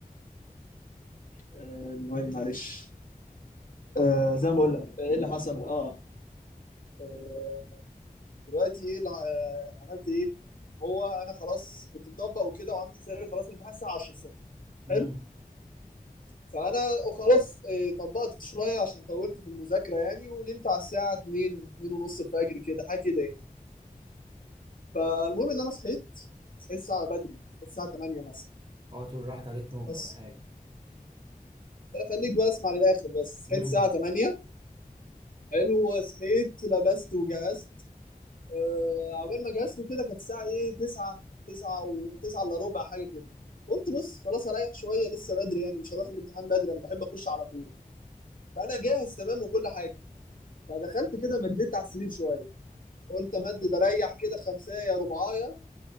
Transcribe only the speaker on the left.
آه، المهم معلش آه زي ما بقول لك آه، ايه اللي حصل اه آه، دلوقتي ايه اللي آه، عملت ايه هو انا خلاص كنت مطبق وكده وعامل حسابي خلاص الامتحان الساعه 10 الصبح
حلو فانا خلاص آه، طبقت شويه عشان طولت في المذاكره يعني ونمت على الساعه 2 2 ونص الفجر كده حاجه كده يعني فالمهم ان انا صحيت صحيت الساعه بدري صحيت الساعه 8 مثلا
بس
خليك بقى اسمع للاخر بس صحيت
الساعه 8 حلو صحيت لبست وجهزت آه، عقبال ما جهزته كده كانت الساعه ايه 9 9 و9 الا ربع حاجه كده قلت بص خلاص اريح شويه لسه بدري يعني مش هروح الامتحان بدري انا بحب اخش على طول فانا جاهز تمام وكل حاجه فدخلت كده مديت على السرير شويه قلت امدد اريح كده خمسايه رباعيه